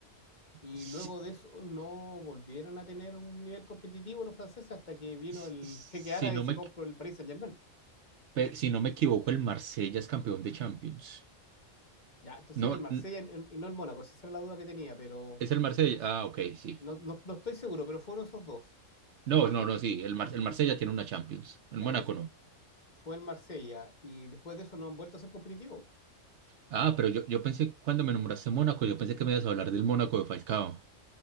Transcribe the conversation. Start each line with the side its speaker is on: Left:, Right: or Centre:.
Left: y
Right: Si,
Left: luego de eso no volvieron a tener un nivel competitivo los franceses hasta que vino
Right: si-
Left: el
Right: si
Left: jeque árabe
Right: no
Left: y se
Right: me,
Left: compró el Paris Saint-Germain.
Right: Pe- si no me equivoco, el Marsella es campeón de Champions.
Left: Ya, entonces
Right: No,
Left: era el Marsella
Right: n-
Left: y, y no el Mónaco, esa era la duda que tenía, pero
Right: es el Marsella. Ah, ok, sí.
Left: no, no- no estoy seguro, pero fueron esos dos.
Right: No,
Left: Y
Right: no, no, sí. El, Mar- el Marsella tiene una Champions. El
Left: ya,
Right: Mónaco
Left: entonces
Right: no.
Left: fue el Marsella y después de eso no han vuelto a ser competitivos.
Right: Ah, pero yo, yo pensé, cuando me nombraste Mónaco, yo pensé que me ibas a hablar del Mónaco de Falcao.